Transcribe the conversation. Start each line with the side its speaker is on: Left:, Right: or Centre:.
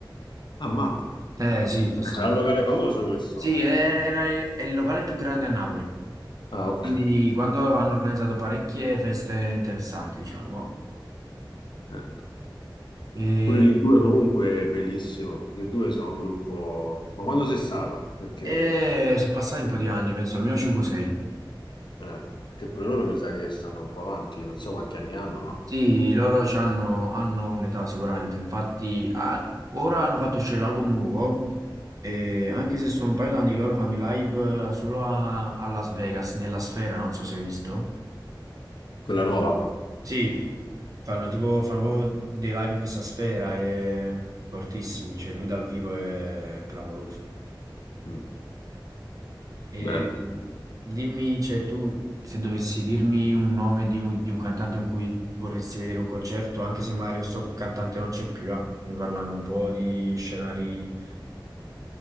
Left: Ah, mappa.
Right: Eh sì, sono stato
Left: Era un locale famoso questo.
Right: Sì, è- era è il locale più grande a Napoli,
Left: Ah, ok.
Right: quindi quando hanno organizzato parecchie feste interessanti, diciamo.
Left: Eh.
Right: E,
Left: Pure gli U2 comunque è bellissimo. Gli U2 sono un gruppo... Ma quando sei stato? Perché,
Right: e sono passati un po' di anni, penso almeno 5-6.
Left: eh, perché pure loro mi sa che stanno un po' avanti, non so quanti anni hanno, ma
Right: Sì, loro c'hanno- hanno un'età sicuramente, infatti ah, ora hanno fatto uscire l'album nuovo, e anche se sono un paio d'anni che loro fanno i live solo a, a Las Vegas, nella sfera, non so se hai visto.
Left: quella nuova.
Right: Sì, fanno tipo, fanno proprio dei live in questa sfera e fortissimi, cioè lui dal vivo è clamoroso.
Left: Mm.
Right: E
Left: Bello.
Right: dimmi, cioè tu se dovessi dirmi un nome di un, di un cantante con cui vorresti vedere un concerto, anche se magari questo cantante non c'è più, eh, Quindi parlando un po' di scenari